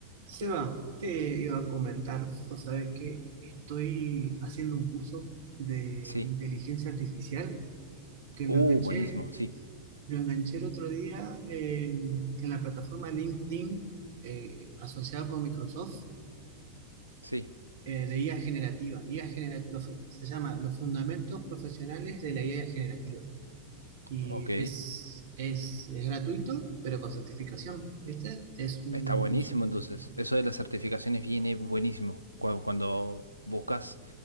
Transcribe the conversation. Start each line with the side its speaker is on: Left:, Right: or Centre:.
Right: Seba, te iba a comentar, o sabes que estoy haciendo un curso de
Left: Sí.
Right: inteligencia artificial que
Left: Uh,
Right: lo enganché,
Left: buenísimo, sí,
Right: lo enganché el otro día eh, en la plataforma LinkedIn eh, asociado con Microsoft
Left: sí.
Right: eh, de IA generativa. IA genera- lo- se llama Los Fundamentos Profesionales de la IA Generativa y
Left: Ok,
Right: es, es, es gratuito, pero con certificación, ¿viste? Es un
Left: está buenísimo
Right: curso
Left: entonces. Eso de las certificaciones viene buenísimo. Cuando, cuando buscas